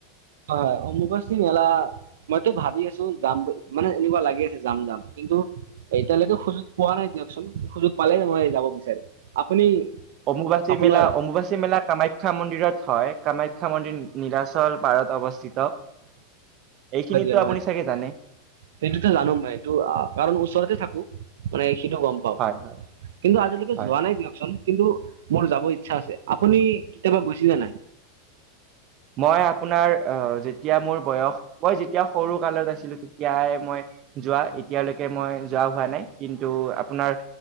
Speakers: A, on the right; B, on the right.
A: হয় অম্বুবাচী মেলা মইতো ভাবি আছোঁ যাম মানে এনেকুৱা লাগি আছে যাম যাম। কিন্তু এতিয়ালৈকে সুযোগ পোৱা নাই দিয়কচোন সুযোগ পালে মই যাব বিচাৰিম, আপুনি
B: অম্বুবাচী
A: আপোনাৰ
B: মেলা, অম্বুবাচী মেলা কামাখ্যা মন্দিৰত হয়, কামাখ্যা মন্দিৰ নীলাচল পাৰত অৱস্থিত। এইখিনিতো
A: হয় দিয়া হয়,
B: আপুনি চাগে জানে
A: সেইটোতো জানো মই এইটো কাৰণ ওচৰতে থাকো। মানে সিটো গম পাওঁ,
B: হয় হয়
A: কিন্তু আজিলৈকে
B: হয়।
A: যোৱা নাই দিয়কচোন। কিন্তু মোৰ যাব ইচ্ছা আছে আপুনি কেতিয়াবা গৈছিলে নাই?
B: মই আপোনাৰ আ, যেতিয়া মোৰ বয়স, মই যেতিয়া সৰু কালত আছিলোঁ তেতিয়াই মই যোৱা এতিয়ালৈকে মই যোৱা হোৱা নাই কিন্তু আপোনাৰ